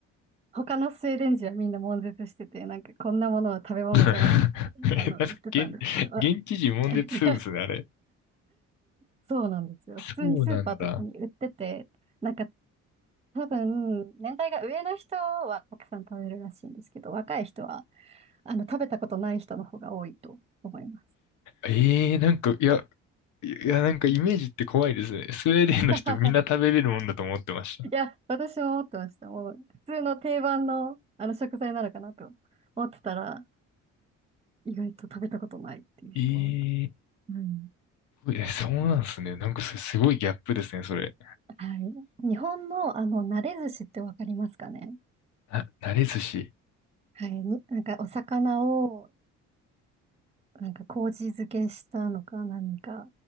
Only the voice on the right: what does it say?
他のスウェーデン人はみんな悶絶してて、なんかこんなものは食べ物じゃないって、
あの、言ってたんですけど、
あ <laughs>
そうなんですよ。普通にスーパーとかに売ってて、
なんか多分、年代が上の人はたくさん食べるらしいんですけど、若い人は、あの、食べたことない人の方が多いと思います。
<laughs> いや、私も思ってました。もう、普通の定番の、あの食材なのかなと思ってたら、意外と食べたことないっていう人多いです。
うん。
はい。日本の、あの、慣れ寿司ってわかりますかね
はい。になんか、お魚を、なんか、麹漬けしたのか何か。